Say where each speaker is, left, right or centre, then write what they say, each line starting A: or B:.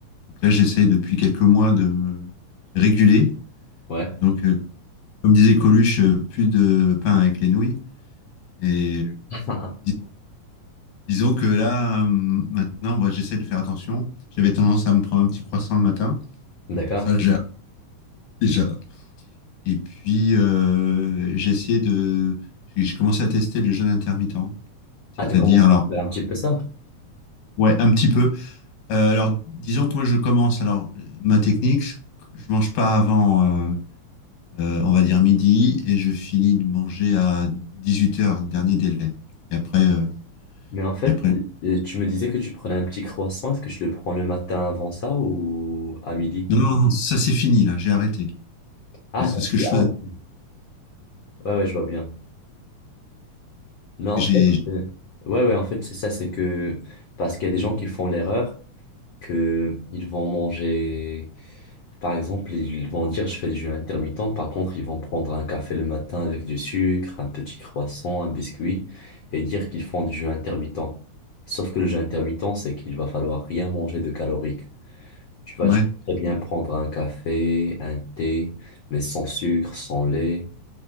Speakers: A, on the left; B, on the left.
A: Donc là j'essaye depuis quelques mois de me réguler.
B: Ouais.
A: Donc euh, comme disait Coluche, euh, plus de pain avec les nouilles. Et
B: <laughs>
A: dis- disons que là euh, maintenant, moi j'essaie de faire attention. J'avais tendance à me prendre un petit croissant le matin.
B: D'accord.
A: Ça j'ai déjà. Et puis euh, j'ai essayé de, j'ai j'ai commencé à tester le jeûne intermittent, c'est-à-dire
B: Ah, t'as commencé
A: alors
B: à faire un petit peu ça.
A: Ouais, un petit peu. Euh, alors, disons que moi, je commence. Alors, ma technique, je, je mange pas avant, euh, euh, on va dire midi, et je finis de manger à dix-huit heures dernier délai. Et après, euh,
B: Mais en fait,
A: et après.
B: euh, tu me disais que tu prenais un petit croissant. Est-ce que je le prends le matin avant ça ou à midi?
A: Non, non, non, ça c'est fini là. J'ai arrêté.
B: Ah,
A: Mais c'est
B: t'as pris.
A: ce que je faisais.
B: ah, ok. Ouais, ouais, je vois bien. Mais
A: parce
B: en
A: que J'ai,
B: fait, euh, ouais, ouais, en fait, c'est ça, c'est que parce qu'il y a des gens qui font l'erreur que ils vont manger, par exemple, ils vont dire je fais du jeûne intermittent, par contre, ils vont prendre un café le matin avec du sucre, un petit croissant, un biscuit et dire qu'ils font du jeûne intermittent. Sauf que le jeûne intermittent, c'est qu'il va falloir rien manger de calorique. Tu vois,
A: ouais,
B: tu peux très
A: c'est
B: bien
A: ça.
B: prendre un café, un thé, mais sans sucre, sans lait.